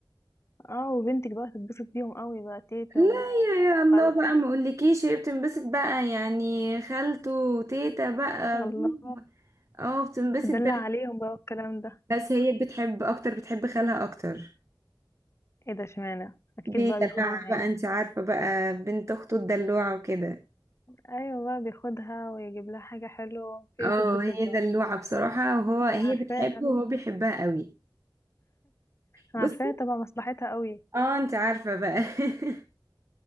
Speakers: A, on the left; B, on the right.
A: اه وبنتك بقى تتبسط بيهم قوي بقى تيتا
B: لا
A: وخالته
B: يا يا الله بقى ما اقولكيش هي بتنبسط بقى يعني خالته وتيتا بقى
A: الله
B: جم اه بتنبسط
A: تدلع
B: بقى
A: عليهم بقى والكلام ده
B: بس هي بتحب اكتر بتحب خالها اكتر
A: ايه ده اشمعنى اكيد
B: بيدلعها
A: بقى بياخدها معاه
B: بقى انت عارفة بقى بنت اخته الدلوعة وكده
A: ايوه بقى بياخدها ويجيب لها حاجة حلوة فهي
B: اه
A: تتبسط
B: هي
A: بقى
B: دلوعة بصراحة وهو هي
A: انا عارفاها
B: بتحبه وهو بيحبها قوي
A: انا
B: بصي
A: عارفاها طبعا مصلحتها قوي
B: اه انت عارفة بقى <laughs>